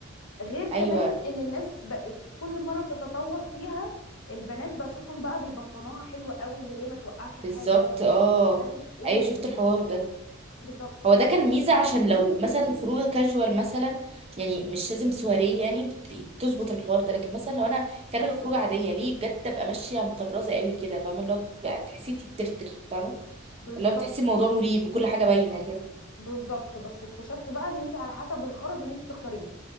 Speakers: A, on the left; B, on the right.
A: غير كمان
B: ايوه
A: ان الناس بقت كل مرة بتتطور فيها البنات بشوفهم بقى بيبطنوها حلوة قوي اللي هي ما توقعش الحاجة
B: بالظبط اه
A: عارف ايه
B: ايوه شفت
A: ب-
B: الحوار ده
A: بالظبط
B: هو ده
A: عارفة
B: كان ميزة
A: إيه؟
B: عشان لو مثلا خروجه كاجوال مثلا يعني مش لازم سواريه يعني بت- تظبط الحوار ده لكن مثلا لو انا خارجه خروجه عاديه ليه بجد ابقى ماشيه مطرزه قوي كده فاهمه اللي هو بتبقى تحسي انتي بترتر فاهمه
A: بالظبط
B: اللي هو بتحسي الموضوع مريب وكل حاجة باينة كده
A: بالظبط بس اكتشفت بقى ان انت على حسب الخرز اللي انت بتختاريه